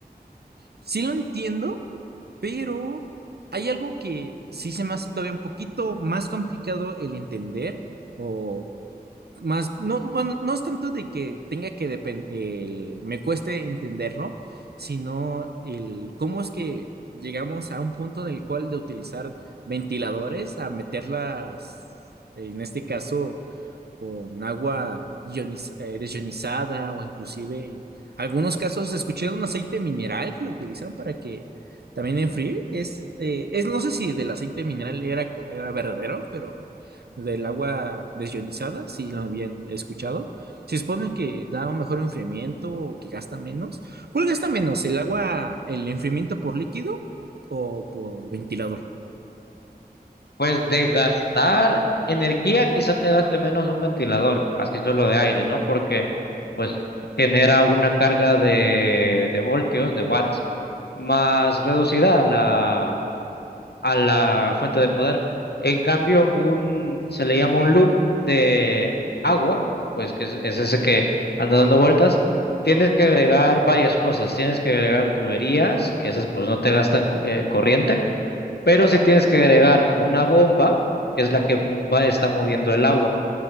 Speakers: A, on the right; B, on the left.
A: Sí lo entiendo, pero hay algo que sí se me hace todavía un poquito más complicado el entender o más, no, bueno, no es tanto de que tenga que depender, me cueste entenderlo, sino el cómo es que llegamos a un punto en el cual de utilizar ventiladores a meterlas, en este caso, con agua ioniz- eh, desionizada o inclusive en algunos casos escuché de un aceite mineral que lo utilizan para que también enfríe. Es, eh, es no sé si del aceite mineral era, co- era verdadero, pero del agua desionizada, sí lo habían escuchado. Se supone que da un mejor enfriamiento o que gasta menos. ¿Cuál gasta menos? ¿El agua, el enfriamiento por líquido o por ventilador?
B: Pues de gastar energía, quizá te gaste menos un ventilador, así solo de aire, ¿no? Porque pues genera una carga de, de voltios, de watts, más reducida la a la fuente de poder. En cambio, un, se le llama un loop de agua, pues que es, es ese que anda dando vueltas. Tienes que agregar varias cosas. Tienes que agregar tuberías, que esas pues no te gastan cu- eh, corriente, pero sí tienes que agregar una bomba, que es la que m- va, está moviendo el agua.